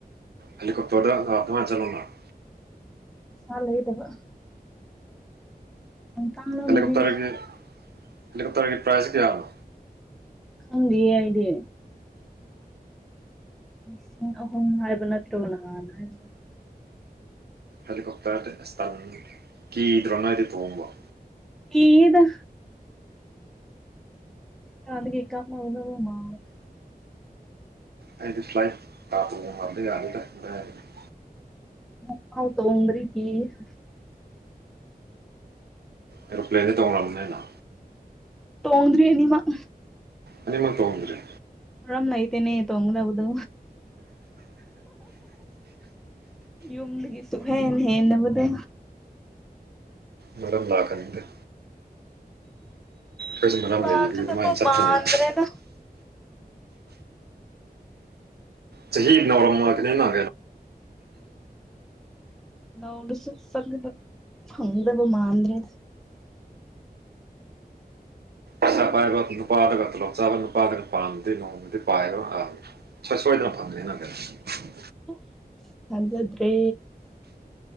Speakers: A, on the right; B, in the centre.
A: ꯍꯦꯂꯤꯀꯣꯞꯇꯔꯗ <unintelligible> ꯆꯠꯂꯣꯅꯥ ꯫
B: ꯁꯥ ꯂꯩꯇꯕ ꯫ ꯇꯥꯡꯂꯝꯒꯅꯤꯗ
A: ꯍꯦꯂꯤꯀꯣꯞꯇꯔꯒꯤ ꯍꯦꯂꯤꯀꯣꯞꯇꯔꯒꯤ ꯄ꯭ꯔꯥꯏꯖꯁꯦ ꯀꯌꯥꯅꯣ꯫
B: ꯈꯪꯗꯤꯌꯦ ꯑꯩꯗꯤ꯫ ꯂꯤꯁꯤꯡ ꯑꯍꯨꯝ ꯍꯥꯏꯕ ꯅꯠꯇ꯭ꯔꯣ ꯅꯍꯥꯟ ꯍꯥꯏꯕꯗꯣ꯫
A: ꯍꯦꯂꯤꯀꯣꯞꯇꯔꯗꯤ ꯑꯁ ꯇꯜꯂꯦ ꯀꯤꯗ꯭ꯔꯣ ꯅꯣꯏꯗꯤ ꯇꯣꯡꯕ꯫
B: ꯀꯤꯌꯦꯗꯥ꯫ ꯑꯥꯗꯒꯤ ꯀꯥꯞꯅꯒꯗꯕ ꯃꯥꯜꯂꯦ꯫
A: ꯑꯩꯗꯤ ꯐꯂꯥꯏꯠꯇ <unintelligible>
B: ꯃꯨꯛꯐꯥꯎ ꯇꯣꯡꯗꯔ꯭ꯤ ꯀꯤꯌꯦ ꯫
A: ꯑꯦꯔꯣꯄ꯭ꯂꯦꯟꯗꯤ ꯇꯣꯡꯔꯝꯂꯅꯤꯅ꯫
B: ꯇꯣꯡꯗꯔ꯭ꯤ ꯑꯅꯤꯃꯛ꯫
A: ꯑꯅꯤꯃꯛ ꯇꯣꯡꯗ꯭ꯔꯤ꯫
B: ꯃꯔꯝ ꯂꯩꯇꯦꯅꯦ ꯇꯣꯡꯒꯗꯧꯕꯗꯣ꯫ ꯌꯨꯝꯗꯒꯤ꯫ ꯁꯨꯛꯍꯦꯟ ꯍꯦꯟꯗꯕꯗꯣ꯫
A: ꯃꯔꯝ ꯂꯥꯛꯀꯅꯤꯗ꯫ <unintelligible>
B: ꯂꯥꯛꯀꯗꯕ ꯃꯥꯟꯗ꯭ꯔꯦꯗ
A: ꯆꯍꯤ ꯅꯥꯎꯔꯝꯃ <unintelligible> ꯀꯩꯅꯣ
B: ꯅꯧꯔꯁꯨ ꯆꯠꯗꯕ ꯐꯪꯗꯕ ꯃꯥꯟꯗ꯭ꯔꯦꯗ꯫
A: ꯄꯩꯁꯥ ꯄꯥꯏꯕ ꯅꯨꯄꯥꯗꯒ ꯇꯣꯂꯣꯞ ꯆꯥꯕ ꯅꯨꯄꯥꯗꯅ ꯄꯥꯟꯕꯗꯤ ꯅꯣꯡꯃꯗꯤ <unintelligible> ꯁꯣꯏ ꯁꯣꯏ ꯗꯅ ꯐꯪꯒꯅꯤ ꯀꯩꯅꯣ ꯫
B: ꯍꯥ ꯊꯥꯖꯗ꯭ꯔꯦ